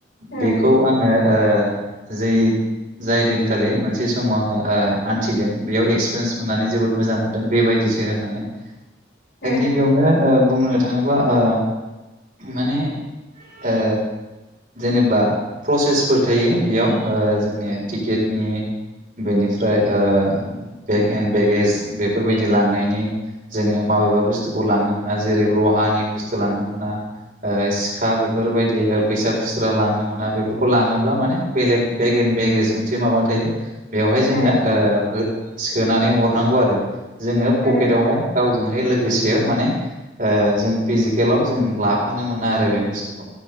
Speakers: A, on the left; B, on the right.
A: उम
B: बेखौ आङो ओ जै जाय दिनखालि मोनसे समाव आङो ओ आन्थिदों बेयाव एक्सपिरियेन्स मोननानै जोबोद मोजां मोनदों। बेबायदिसो होननानै
A: <inaudible>
B: दा
A: उम
B: गिबियावनो ओ बुंनो थाङोब्ला ओ माने ओ जेनेब्ला प्रसेसफोर थायो बेयाव ओ जोंनिया टिकेटनि बेनिफ्राय ओ बेगेन बेगेज बेफोरबायदि लांनायनि जोङो माबेबा बुस्थुखौ लांनो मोना जेरै लहानि बुस्थु लांनो मोना, ओ सिखा बेफोरबायदि फैसा खुस्रा लांनो मोना बेफोरखौ लाङोब्ला माने बेलेग बेगेन बेगेज मोनसे माबा थायो बेवहाय जोङो
A: उम
B: ओ सोनानै हरनांगौ आरो जोङो
A: उम
B: पकेटवहाय गावजों, बे लोगोसे माने जों फिजिकेलाव जों लाफानो मोना आरो बे बुस्थुखौ।